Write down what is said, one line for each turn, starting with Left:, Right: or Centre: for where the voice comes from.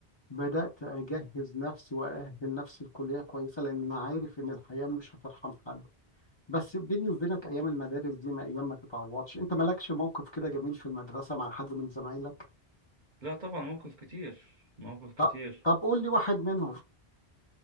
Left: بدأت أجهز نفسي وأأهل نفسي لكلية كويسة لأن أنا عارف إن الحياة مش هترحم حد بس بيني وبينك ايام المدارس دي ما ايام ما تتعوضش انت مالكش موقف كده جميل في المدرسه مع حد من زمايلك
Right: لا طبعا موقف كتير مواقف كتير
Left: طب طب قول لي واحد منهم